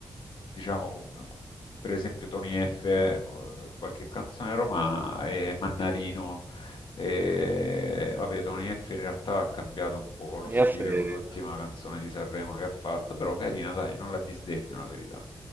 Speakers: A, on the left; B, on the right.
A: diciamo, con- con- per esempio Tony F, eh, qualche canzone romana e Mannarino. E vabbè, Tony F in realtà ha cambiato un po' lo
B: Tony
A: stile
B: F. eh,
A: con l'ultima canzone di Sanremo che ha fatto, però carina, dai, non la disdegno la verità.